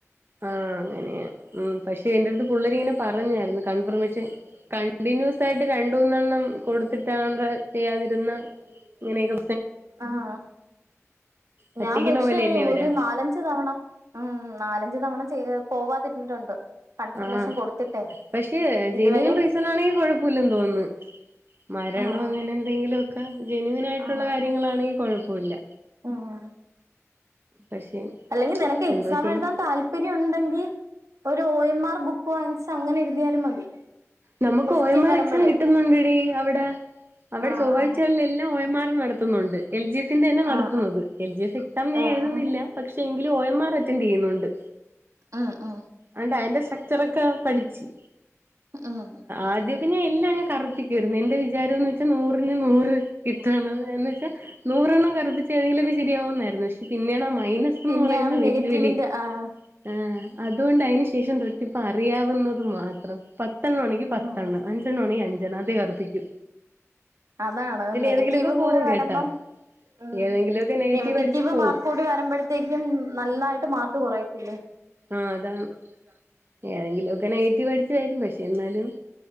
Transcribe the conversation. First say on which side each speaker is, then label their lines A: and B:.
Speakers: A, on the right; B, on the right.
A: ആഹ് അങ്ങനെയാണ് ഉം പക്ഷെ എന്റെടുത്ത് പുള്ളരിങ്ങനെ പറഞ്ഞായ്രുന്നു കൺഫർമേഷൻ കണ്ടിന്യൂസായിട്ട് രണ്ടൂന്നെണ്ണം കൊടുത്തിട്ടാണ്ടാ ചെയ്യാതിരുന്നാ ഇങ്ങനൊക്കെ
B: ആഹ്
A: പറ്റിക്കണ
B: ഞാൻ പക്ഷെ
A: പോലെയല്ലേ അവരെ
B: ഒരു നാലഞ്ച് തവണ ഉം നാലഞ്ച് തവണ ചെയ് പോവാതിരുന്നിട്ടുണ്ട് കൺഫർമേഷൻ
A: ആഹ്
B: കൊടുത്തിട്ടെ
A: പക്ഷേ ജെനുവിൻ
B: ഇതുവരെയും
A: റീസണാണെങ്കി കൊഴപ്പില്ലെന്ന് തോന്ന്ന്ന് മരണോ
B: ആഹ്
A: അങ്ങനെന്തെങ്കിലൊക്കെ ജെനുവിനായിട്ടുള്ള
B: ആഹ്
A: കാര്യങ്ങളാണെങ്കി കൊഴപ്പില്ല
B: ഉം
A: പക്ഷെ
B: അല്ലെങ്കി നിനക്ക് എക്സാമെഴുതാൻ
A: എന്തോ ചെയ്യാ
B: താൽ ല്പര്യൊണ്ടെങ്കി ഒരു ഒ എം ആർ ബുക്ക് വാങ്ങിച്ച് അങ്ങനെ എഴുതിയാലും മതി
A: നമുക്ക്
B: question
A: O M R
B: വരുമ്പഴേ
A: exam കിട്ടുന്നുണ്ടെടീ അവിടെ അവര്
B: ആഹ്
A: ചൊവ്വാഴ്ചകളിലെല്ലാം ഓ എം ആറ് നടത്തുന്നുണ്ട് എൽ ജി എസിന്റെന്നെ നടത്തുന്നത്
B: ആഹ്
A: എൽ ജി എസ് എക്സാം
B: ആഹ്
A: ഞാൻ
B: ആഹ്
A: എഴുതുന്നില്ല
B: ആഹ്
A: പക്ഷെ എങ്കിലും ഒ എം ആർ അറ്റൻഡെയ്യുന്നുണ്ട്
B: ഉം ഉം
A: ആണ്ടാ ഐന്റെ സ്ട്രക്ചറൊക്കെ പഠിച്ച്
B: ഉം ഉം
A: ആദ്യൊക്കെ ഞാൻ എല്ലാങ്ങ് കറ്പ്പി ക്കാര്ന്ന് എന്റെ വിചാരംന്ന് വെച്ചാ നൂറിന് നൂറ് കിട്ടണം എന്ന് വെച്ചാ നൂറെണ്ണം കറുപ്പിച്ച ഏന്തെങ്കിലും ശരിയാവുന്നായിരുന്നു പക്ഷെ പിന്നെയാണ് ആ മൈനസ്
B: പിന്നെ
A: ന്ന് പറയുന്ന
B: ആ
A: വെല്ലുവിളി
B: നെഗറ്റീവിന്റെ ആഹ്
A: ആഹ് അതോണ്ട് ഐനു ശേഷം തൊട്ടിപ്പ അറിയാവുന്നത് മാത്രം പത്തെണ്ണാണെങ്കി പത്തെണ്ണം
B: ഉം
A: അഞ്ചെണ്ണാണെങ്കി അഞ്ചെണ്ണം അതെ ഒറപ്പിക്കൂ
B: അതാണ് നെഗറ്റീവും
A: ഏതെങ്കിലുമൊക്കെ പോവും
B: കൂടെ വരമ്പം
A: കേട്ടാ
B: ഉം
A: ഏതെങ്കിലുമൊക്കെ
B: നെഗറ്റീവ്
A: അടിച്ച് പോവും
B: മാർക്ക് കൂടി വരുമ്പഴത്തേക്കും നന്നായിട്ട് മാർക്ക് കൊറയത്തില്ലേ
A: ആഹ് അതാണ് ഏതെങ്കിലൊക്കെ നെഗറ്റീവ് അടിച്ച് തരും പക്ഷെ എന്നാലും